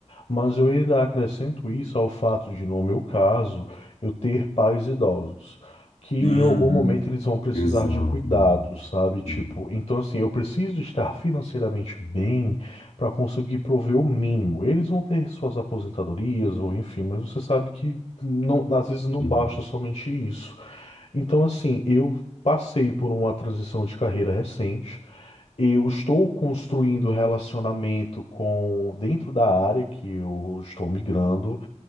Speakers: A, on the left; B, on the left.
A: Mas eu ainda acrescento isso ao fato de, no meu caso, eu ter pais idosos, que
B: Uhum.
A: em algum momento eles vão precisar
B: Exato.
A: de cuidado, sabe? Tipo,
B: Exato.
A: então assim, eu preciso estar financeiramente bem para conseguir prover o mínimo. Eles vão ter suas aposentadorias ou enfim, mas você sabe que não, às vezes não
B: Uhum.
A: basta somente isso. Então assim, eu passei por uma transição de carreira recente. Eu estou construindo relacionamento com dentro da área que eu estou migrando.